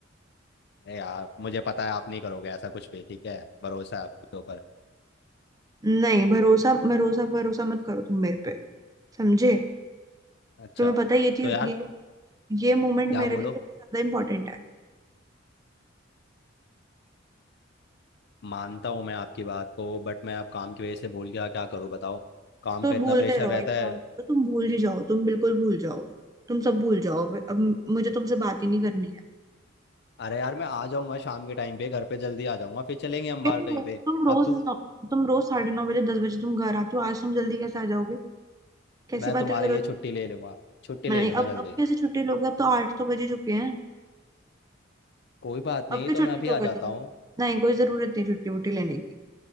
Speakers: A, on the left; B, on the right.
A: अरे यार मुझे पता है आप नहीं करोगे ऐसा कुछ भी ठीक है भरोसा है आपके ऊपर
B: नहीं भरोसा भरोसा भरोसा मत करो तुम मेरे पे समझे
A: अच्छा
B: तुम्हें पता है ये चीज
A: तो यार
B: ये ये मोमेंट
A: क्या
B: मेरे
A: बोलो
B: लिए सबसे ज्यादा इंपॉर्टेंट है
A: मानता हूँ मैं आपकी बात को बट मैं अब काम की वजह से भूल गया क्या करूँ बताओ काम
B: तो
A: का इतना
B: भूलते
A: प्रेशर
B: रहो
A: रहता
B: एक काम
A: है
B: करो तुम भूल ही जाओ तुम बिल्कुल भूल जाओ तुम सब भूल जाओ अब अब मुझे तुमसे बात ही नहीं करनी है
A: अरे यार मैं आ जाऊंगा शाम के टाइम पे घर पे जल्दी आ जाऊंगा फिर चलेंगे हम बाहर
B: तुम
A: कहीं
B: रो-
A: पे
B: तुम रोज
A: अब तुम
B: नौ, तुम रोज साढ़े नौ बजे दस बजे तुम घर आते हो आज तुम जल्दी कैसे आ जाओगे कैसी
A: मैं तुम्हारे
B: बातें करो
A: लिए छुट्टी ले लूंगा छुट्टी
B: नहीं
A: ले लूंगा
B: अब
A: जल्दी
B: अब कैसे छुट्टी लोगे अब तो आठ तो बज ही चुके हैं
A: कोई बात
B: अब
A: नहीं
B: क्यों
A: तो
B: छुट्टी
A: मैं अभी
B: लोगे
A: आ जाता
B: तुम
A: हूँ
B: नहीं कोई जरूरत नहीं छुट्टी वुट्टी लेने की